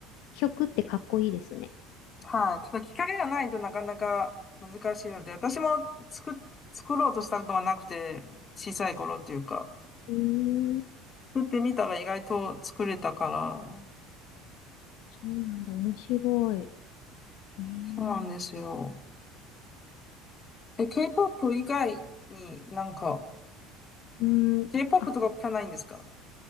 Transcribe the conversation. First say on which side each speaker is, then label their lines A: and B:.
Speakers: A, on the left; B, on the left.
A: 曲ってかっこいいですね。
B: はい、ただきっかけがないとなかなか難しいので、私も作っ、作ろうとしたことがなくて、小さい頃っていうか、
A: うん
B: 作ってみたら意外と作れたから、
A: そうなんだ、面白い。えー、
B: そうなんですよ。
A: ち、
B: え、K-POP 以外になんか、
A: うん、
B: K-POP
A: あ、
B: とか聞かないんですか